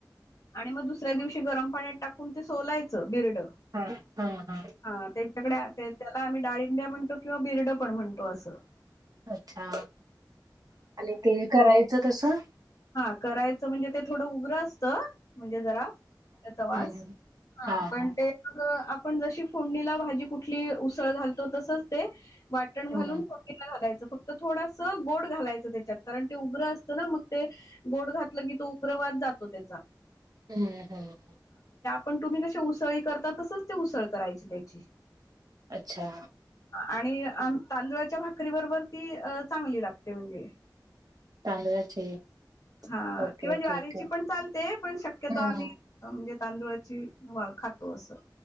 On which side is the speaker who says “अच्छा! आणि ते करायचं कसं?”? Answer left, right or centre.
Right